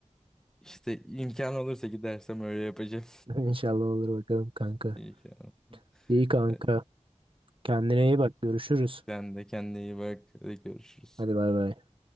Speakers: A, in the centre; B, on the right (about 45°).
A: İşte imkan olursa gidersem öyle yapacağım.
B: <laughs> İnşallah olur bakalım kanka.
A: <laughs> İmkan.
B: İyi kanka.
A: Evet,
B: Kendine iyi bak. Görüşürüz.
A: sen de kendine iyi bak. Hadi görüşürüz.
B: Hadi bay bay.